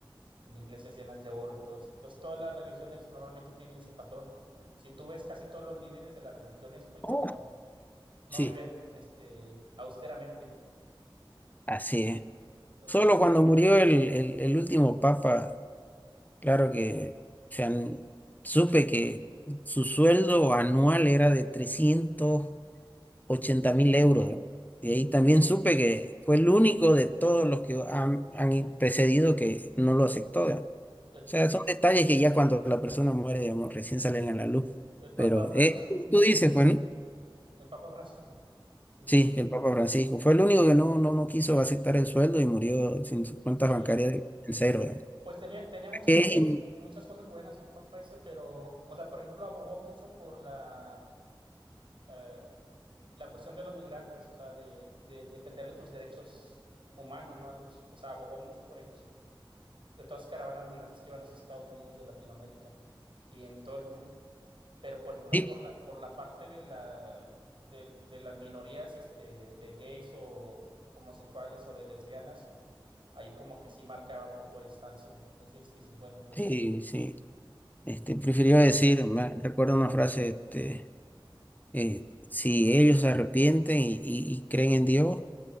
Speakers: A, on the right (about 70°); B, on the left (about 20°).
A: En iglesias llenas de oro y todo eso. Entonces, todas las religiones normalmente tienen ese patrón. Si tú ves casi todos los líderes de las religiones, pues no,
B: Oh,
A: no
B: Sí.
A: viven este, austeramente.
B: Así es.
A: Entonces,
B: Solo cuando murió el, el- el último papa, claro que, o sea, n- supe que su sueldo anual era de trescientos ochenta mil euros. ¿no? Y ahí también supe que fue el único de todos los que han, han precedido que no lo aceptó. digamos. O
A: el,
B: sea, son detalles que ya cuando la persona muere, digamos, recién salen a la luz.
A: el Papa
B: Pero
A: Francisco,
B: eh, tú dices, Juan,
A: el Papa Francisco, sí.
B: Sí, el Papa Francisco. Fue el único que no, no, no quiso aceptar el sueldo y murió sin sus cuentas
A: Sí,
B: bancarias en cero. ¿eh?
A: pues tenía, tenía muchas
B: Eh,
A: cosas, muchas cosas buenas el Papa ese, pero, o sea, por ejemplo, abogó mucho por la, eh, la cuestión de los migrantes, o sea, de, de defenderles sus derechos humanos, ¿no? A los, o sea, abogó mucho por ellos, de todas las caravanas migrantes que iban hacia Estados Unidos de Latinoamérica y en todo el mundo. pero por ejemplo,
B: sí,
A: por la, por la parte de la, de, de las minorías este, de gays o homosexuales o de lesbianas, ahí como que sí marcaba un poco de distancia. Entonces dices, bueno, pues
B: sí, sí. Este, prefirió decir, me recuerdo una frase, este, eh, si ellos se arrepienten y, y- y creen en Dios.